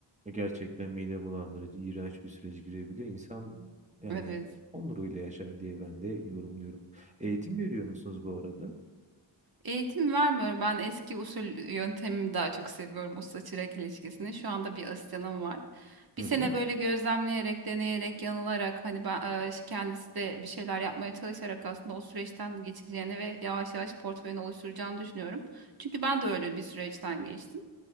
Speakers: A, on the right; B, on the right.
A: gerçekten mide bulandırıcı, iğrenç bir sürece girebiliyor. İnsan yani
B: Evet.
A: onuruyla yaşar diye ben de yorumluyorum. Eğitim veriyor musunuz bu arada?
B: Eğitim vermiyorum. Ben eski usul yöntemimi daha çok seviyorum. Usta çırak ilişkisini. Şu anda bir asistanım var. Bir
A: Hı
B: sene
A: hı.
B: böyle gözlemleyerek, deneyerek, yanılarak hani ben e, kendisi de bir şeyler yapmaya çalışarak aslında o süreçten geçeceğini ve yavaş yavaş portföyünü oluşturacağını düşünüyorum. Çünkü ben de öyle bir süreçten geçtim.